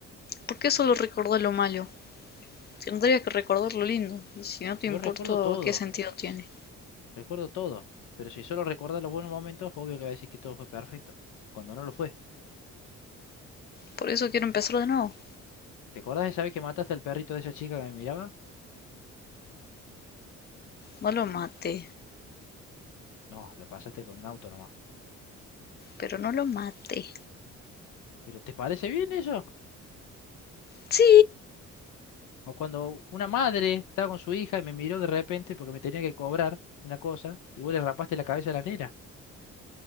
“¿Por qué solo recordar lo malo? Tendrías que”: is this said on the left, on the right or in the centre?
Left